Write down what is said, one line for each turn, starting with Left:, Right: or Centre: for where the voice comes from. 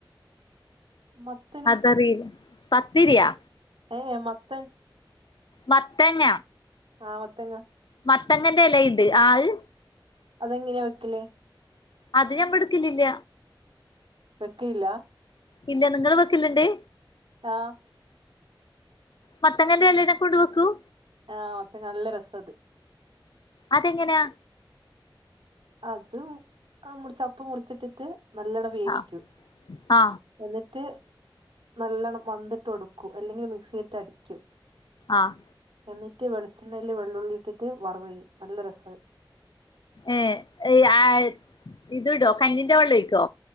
Right: മത്തന്
Left: അതറിയില്ല പത്തിരിയാ
Right: ഏയ് മത്തൻ
Left: മത്തങ്ങ
Right: ആഹ് മത്തങ്ങ
Left: മത്തങ്ങന്റെ ഇലുണ്ട് ആഹ്
Right: അതെങ്ങനെയാ വെക്കലേ
Left: അത് ഞമ്മ എടുക്കില്ലില്ല
Right: വെക്കയില്ല
Left: ഇല്ല നിങ്ങള് വെക്കലുണ്ട്
Right: ആഹ്
Left: മത്തങ്ങനെ എലെനെ കൊണ്ട് വെക്കും
Right: ആ മത്തങ്ങ നല്ല രസ അത്
Left: അതെങ്ങെനാ
Right: അത് അ മുറിച്ചപ്പ് മുറിച്ചിട്ട്ട്ട് നല്ലോണം വേവിക്കും
Left: ആ ആ
Right: എന്നിട്ട് നല്ലണ്ണം വന്ത്‌ട്ട് ഒടുക്കും അല്ലെങ്കില് മിക്സി ഇട്ട് അടിക്കും.
Left: ആഹ്
Right: എന്നിട്ട് വെളിച്ചെണ്ണയിൽ വെള്ളുള്ളി ഇട്ടിട്ട് വറവെയ്യും നല്ല രസാത്
Left: ഏഹ് <unintelligible> ഇത്ടോ കഞ്ഞിന്റെ വെള്ളം ഒഴിക്കോ?